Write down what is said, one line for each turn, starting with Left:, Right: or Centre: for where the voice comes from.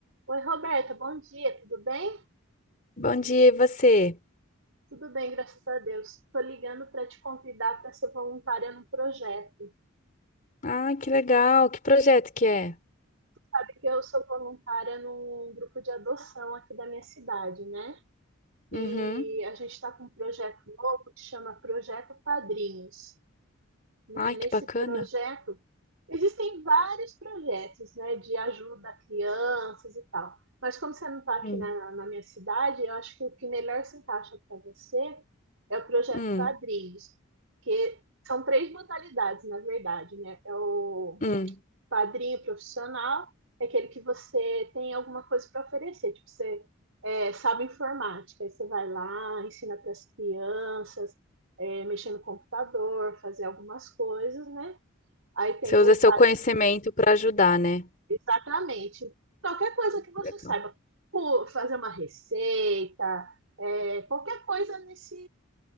Right: Oi, Roberta, bom dia, tudo bem?
Left: Bom dia, e você?
Right: Tudo bem, graças a Deus. Estou ligando para te convidar para ser voluntária num projeto.
Left: Ah, que legal. Que projeto que é?
Right: Sabe que eu sou voluntária num grupo de adoção aqui da minha cidade, né? E
Left: Uhum.
Right: a gente está com um projeto novo que chama Projeto Padrinhos. né,
Left: Ai,
Right: nesse
Left: que bacana.
Right: projeto, existem vários projetos, né, de ajuda a crianças e tal. Mas como você não está aqui
Left: Hum.
Right: na, na minha cidade, eu acho que o que melhor se encaixa para você é o projeto
Left: Hum.
Right: Padrinhos, porque são três modalidades, na verdade, né? É o
Left: Hum.
Right: padrinho profissional é aquele que você tem alguma coisa para oferecer, tipo, você é, sabe informática, aí você vai lá, ensina para as crianças, é, mexer no computador, fazer algumas coisas, né? Aí tem
Left: Você usa
Right: o.
Left: seu
Right: pa-
Left: conhecimento para ajudar, né?
Right: Exatamente. Qualquer coisa que você
Left: Legal.
Right: saiba. Pô, Fazer uma receita, é, qualquer coisa nesse,